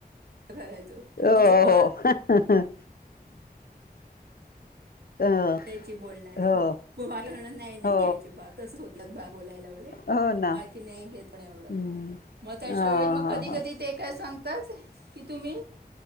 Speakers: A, on the right; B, on the left.
A: करायचो.
B: हो.
A: लोक
B: अ,
A: घ्यायची बोलणारी
B: हो
A: म्ह नाही, नाही
B: हो
A: घ्यायची भाग तस होत बोलायला वगैरे
B: हो ना
A: बाकी नाही घेत पण एवढं
B: हम्म
A: मग अशा
B: हा
A: वेळी मग
B: हा
A: कधी,
B: हा
A: कधी ते काय सांग ताच की तुम्ही